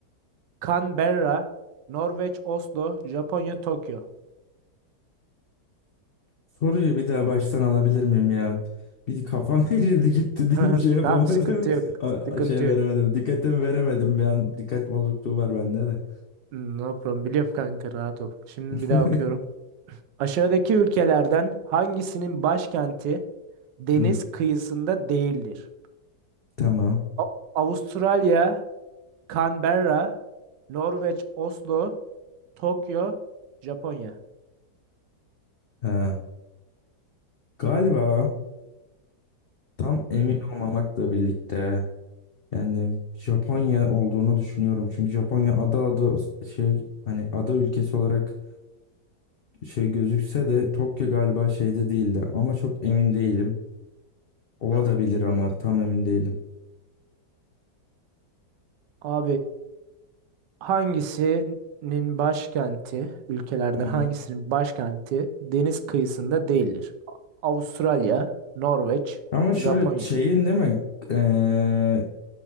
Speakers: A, on the right (about 85°); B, on the left (about 80°).
A: Canberra, Norveç, Oslo, Japonya, Tokyo.
B: Soruyu bir daha baştan alabilir miyim ya? Bir kafam <laughs> erirdi gitti
A: <laughs>
B: değil şey yapamadım.
A: Tamam, sıkıntı yok.
B: <laughs> A-
A: Sıkıntı
B: Şey veremedim.
A: yok.
B: Dikkatimi veremedim bir an. Dikkat bozukluğu var bende de.
A: Hmm, No problem. Biliyorum kanka rahat ol. Şimdi
B: <laughs>
A: bir daha okuyorum. Aşağıdaki ülkelerden hangisinin başkenti deniz
B: Hı,
A: kıyısında değildir?
B: tamam.
A: A- Avustralya, Canberra, Norveç, Oslo, Tokyo, Japonya.
B: Ha. Galiba tam emin
A: Hmm.
B: olmamakla birlikte Yani Japonya olduğunu düşünüyorum. Çünkü Japonya ada ada şey hani ada ülkesi olarak şey gözükse de Tokyo galiba şeyde değildi. Ama çok emin değilim. Ola da bilir ama tam emin değilim.
A: Abi Hangisinin başkenti, ülkelerden
B: Hı hı.
A: hangisinin başkenti deniz kıyısında değildir? Avustralya, Norveç,
B: Ama şöyle
A: Japonya.
B: şeyin değil mi? Ee,